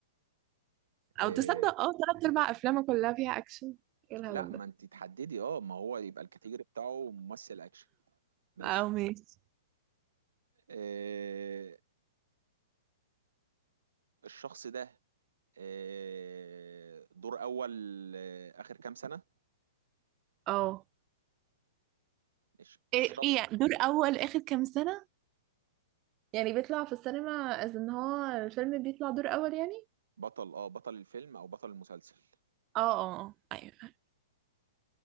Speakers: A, on the right; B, on the right.
A: آه،
B: او تصدق اه تلات ارباع افلامه كلها فيها اكشن ايه الهبل
A: لا ما
B: ده
A: انت تحددي اه ما هو يبقى الكاتيجوري بتاعه ممثل اكشن ماشي
B: او ماشي
A: آه، الشخص ده آه، دور اول آه، اخر كام سنة
B: اه
A: ماشي
B: ايه
A: الشخص
B: ايه يعني دور اول اخر كام سنة يعني بيطلع في السينما از ان هو الفيلم بيطلع دور اول يعني
A: بطل اه بطل الفيلم او بطل المسلسل
B: اه اه آه، ايوه